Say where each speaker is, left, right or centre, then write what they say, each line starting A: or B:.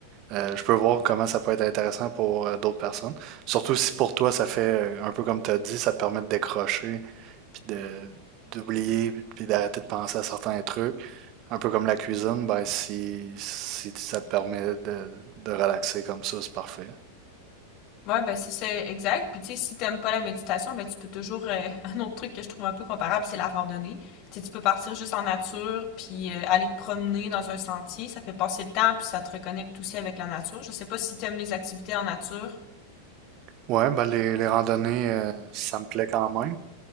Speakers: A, on the right; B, on the left.
A: Euh, je peux voir comment ça peut être intéressant pour euh, d'autres personnes. Surtout si pour toi, ça fait euh, un peu comme tu as dit, ça te permet de décrocher, puis de d'oublier, puis d'arrêter de penser à certains trucs. Un peu comme la cuisine, ben si, si ça te permet de, de relaxer comme ça, c'est parfait.
B: Ouais, ben c'est ça, exact. Puis tu sais, si t'aimes pas la méditation, ben tu peux toujours euh, <laughs> un autre truc que je trouve un peu comparable, c'est la randonnée. Tu sais, tu peux partir juste en nature, puis euh, aller te promener dans un sentier, ça fait passer le temps, puis ça te reconnecte aussi avec la nature. Je sais pas si t'aimes les activités en nature.
A: Ouais, ben les, les randonnées, euh, ça me plaît quand même.